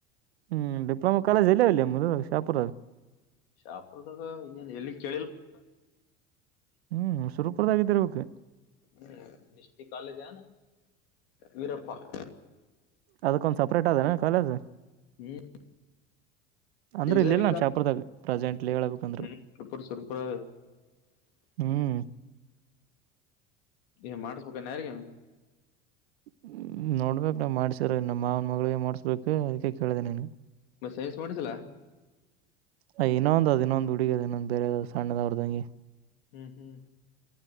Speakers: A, on the right; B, on the left.
A: ಹ್ಮ್, ಡಿಪ್ಲೋಮ ಕಾಲೇಜ್ ಎಲ್ಲಾವ ಇಲ್ಲಿ ಶಾಹಪುರಗ.
B: ಶಾಹಪುರದಾಗ ಏನ್ ಎಲ್ಲಿನ್ ಕೇಳಿಲ್ಲಪ್ಪ.
A: ಹ್ಮ್, ಸುರಪುರದಾಗ ಇದ್ದಿರ್ಬೇಕು
B: ಹ್ಮ ಮಷ್ಟಿ ಕಾಲೇಜ ವೀರಪ್ಪ <unintelligible>
A: ಅದಕ್ಕೊಂದ ಸಪ್ರೇಟ್ ಅದೇನೆ ಕಾಲೇಜ
B: ಹ್ಮ್,
A: ಅಂದ್ರೆ
B: ಇಂಜಿನಿಯರಿಂಗ್
A: ಇಲ್ಲಿ ಇಲ್ ನಾನ್ ಶಾಹಾಪುರದಗ ಪ್ರೆಸೆಂಟ್ಲಿ ಹೇಳ್ಬೇಕಂದ್ರ.
B: ಹ್ಮ್ ಸೂಪರ್ ಸೂಪರ್
A: ಹ್ಮ್,
B: ಏನ್ಮಾಡ್ಸ್ಬೇಕನ್ ಯಾರಗನ
A: ಹ್ಮ್, ನೋಡ್ಬೇಕೇಕ್ ನಾ ಮಾಡ್ಸ್ರಿದ್ರ ನಮ್ಮ ಮಾವನ ಮಗಳಿಗೆ ಮಾಡ್ಸ್ಬೇಕು ಅದಕ್ಕೆ ಕೇಳಿದೆ ನನಗ.
B: ಸೈನ್ಸ್ ಮಾಡಿಸಿಲ್ಲ
A: ಐನ ಅಂದು ಅದಿನಾಂದು ಬಿ <unintelligible> ಹುಡುಗಿಇನ್ನೂಂದ ಬೇರೆ ಸಣ್ಣದವ್ರತಂಗಿ.
B: ಹ್ಮ್, ಹ್ಮ್